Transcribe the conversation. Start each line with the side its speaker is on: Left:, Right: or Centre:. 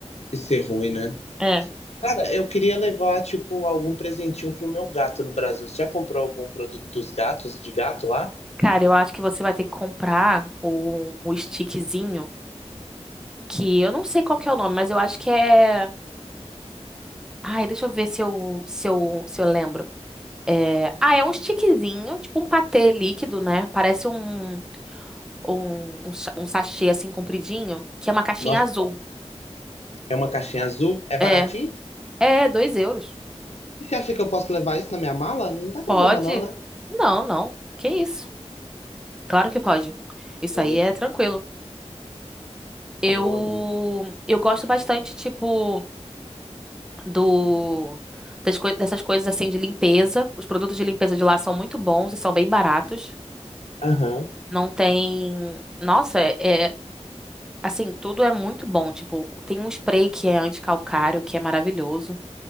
Left: Isso é ruim, né?
Centre: É.
Left: Cara, eu queria levar, tipo, algum presentinho pro meu gato no Brasil. Você já comprou algum produto dos gatos, de gato lá?
Centre: Cara, eu acho que você vai ter que comprar o, o stickzinho, que eu não sei qual que é o nome, mas eu acho que é. Ai, deixa eu ver se eu, se eu, se eu lembro. É... Ah, é um stickzinho, tipo um patê líquido, né? Parece um. ou um, um, sa- um sachê assim compridinho, que é uma caixinha
Left: Nossa,
Centre: azul.
Left: é uma caixinha azul, é baratinho?
Centre: É, é dois euros.
Left: E você acha que eu posso levar isso na minha mala? Não dá problema
Centre: Pode?
Left: não, né?
Centre: Não, não. Que isso? Claro que pode. Isso
Left: Boa,
Centre: aí é tranquilo. Eu
Left: boa, boa.
Centre: eu gosto bastante tipo do das coi- dessas coisas assim de limpeza. Os produtos de limpeza de lá são muito bons e são bem baratos.
Left: Aham,
Centre: Não tem, nossa, é é- assim, tudo é muito bom, tipo, tem um spray que é anticalcário, que é maravilhoso.